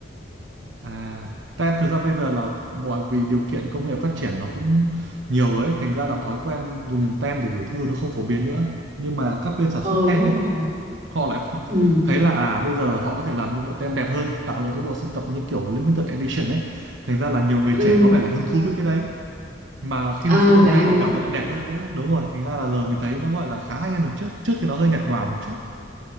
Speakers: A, on the right; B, on the right.
A: à tem thực ra bây giờ là bởi vì điều kiện công nghệ phát triển nó cũng nhiều ấy thành ra là thói quen dùng tem để gửi thư nó không phổ biến nữa nhưng mà các bên sản
B: ừ
A: xuất tem
B: đúng
A: ấy
B: rồi
A: họ lại
B: ừ
A: thấy là à bây giờ họ có thể làm những bộ tem đẹp hơn tạo những cái bộ sưu tập như kiểu limited edition ấy thành ra là nhiều người
B: ừ
A: trẻ có vẻ là hứng thú với cái đấy mà khi
B: à
A: mình sưu tầm
B: vậy
A: tem
B: hả
A: mình cảm thấy lại đẹp hơn nữa đúng rồi thành ra là giờ mình thấy nó gọi là khá hay hơn được trước trước thì nó hơi nhạt nhòa một chút